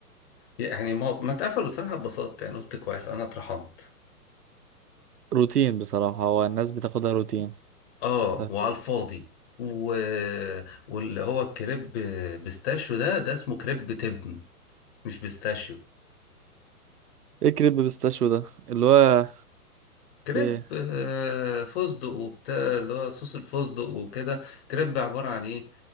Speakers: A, on the left; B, on the right.
A: يعني ما ما اتقفل بصراحه ببساطه يعني قلت كويس انا اترحمت
B: روتين بصراحة هو الناس بتاخدها روتين
A: اه
B: طيب.
A: وعلى الفاضي و... واللي هو كريب بيستاشيو ده ده اسمه كريب تبن مش بيستاشيو
B: ايه كريب بيستاشيو ده اللي هو
A: كريب
B: في إيه؟
A: آه، فستق وبتاع اللي هو صوص الفستق وكده كريب عبارة عن ايه